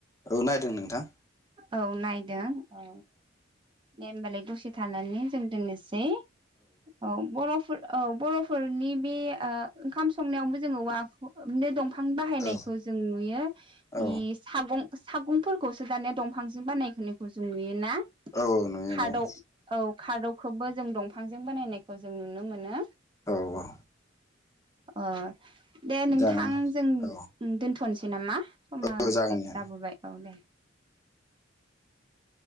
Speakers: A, on the left (about 15°); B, on the right (about 25°).
A: औ नायदों नोंथां
B: औ नायदों औ दे होमबालाय दसे थानानै जों दोननोसै औ बर'फोर औ बरफ फोरनि बे ओ ओंखाम संनायावनोबो जोङो औवा दंफां बिफां बाहायनायखौ
A: औ
B: जों नुयो ए
A: औ
B: सागं सागंफोरखौसो दानिया दंफांजों बानाय होनायखौ जों नुयोना
A: औ नुयो
B: खादौ
A: नुयो
B: औ खादौखौबो जों दं फांजों बानायनायखौ जों नुनो मोनो।
A: औ औ
B: अ दे नोंथां
A: जागोन
B: जों
A: औ
B: दोनथनोसै <unintelligible> नामा समा
A: औ जागोन
B: ग्रोब
A: दे
B: जाबोबाय औ दे।